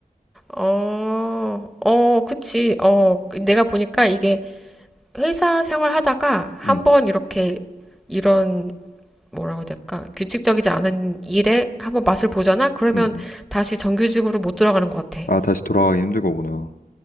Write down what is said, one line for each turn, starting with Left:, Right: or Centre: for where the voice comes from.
Centre: 어, 어, 그치. 어, 내가 보니까 이게 회사 생활 하다가 한번
Left: 음,
Centre: 이렇게 이런 뭐라고 해야 될까? 규칙적이지 않은 일에 한번 맛을 보잖아? 그러면
Left: 음, 음.
Centre: 다시 정규직으로 못 들어가는 것 같아.
Left: 아, 다시 돌아가기 힘들 거구나.